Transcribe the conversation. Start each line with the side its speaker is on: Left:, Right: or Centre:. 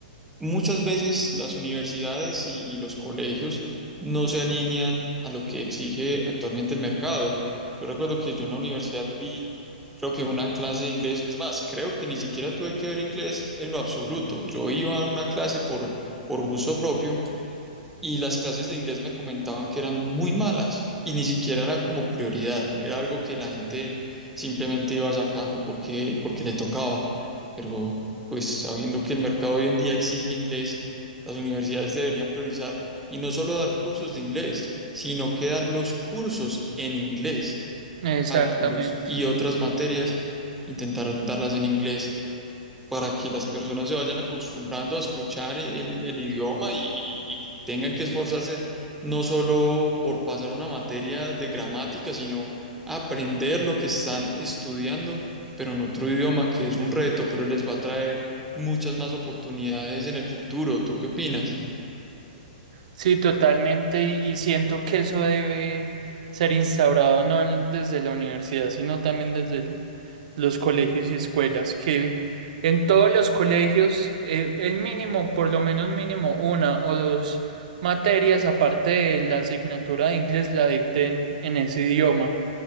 Centre: Muchas veces las universidades y, y los colegios no se alinean a lo que exige actualmente el mercado. Yo recuerdo que yo en la universidad vi, creo que una clase de inglés, es más, creo que ni siquiera tuve que ver inglés en lo absoluto. Yo iba a una clase por, por gusto propio y las clases de inglés me comentaban que eran muy malas y ni siquiera era como prioridad, era algo que la gente simplemente iba sacando porque, porque le tocaba. Pero pues sabiendo que el mercado hoy en día exige inglés, las universidades deberían priorizar y no solo dar cursos de inglés, sino que dar los cursos en inglés,
Right: Exactamente.
Centre: cálculos y otras materias, intentar darlas en inglés para que las personas se vayan acostumbrando a escuchar el, el idioma y, y- y tengan que esforzarse no solo por pasar una materia de gramática, sino aprender lo que están estudiando, pero en otro idioma que es un reto, pero les va a traer muchas más oportunidades en el futuro. ¿Tú qué opinas?
Right: Sí, totalmente. Y, y siento que eso debe ser instaurado no en- desde la universidad, sino también desde el los colegios y escuelas, que en todos los colegios eh, el mínimo, por lo menos mínimo una o dos materias aparte de la asignatura de inglés la dicten en ese idioma.